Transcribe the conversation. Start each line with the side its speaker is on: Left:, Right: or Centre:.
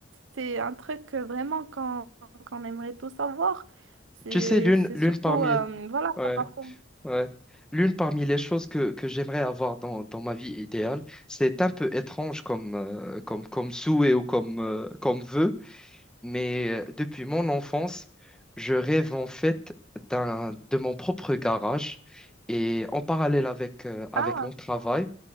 Right: c'est un truc euh, vraiment qu'on qu'on aimerait tous savoir. C'est
Centre: Tu sais, l'une,
Right: c'est
Centre: l'une
Right: surtout,
Centre: parmi,
Right: euh, voilà,
Centre: ouais.
Right: par rapport-
Centre: Ouais. L'une parmi les choses que, que j'aimerais avoir dans, dans ma vie idéale, c'est un peu étrange comme, euh, comme, comme souhait ou comme, euh, comme vœu, mais euh, depuis mon enfance, je rêve en fait d'un, de mon propre garage et en parallèle avec, euh, avec
Right: Ah,
Centre: mon travail,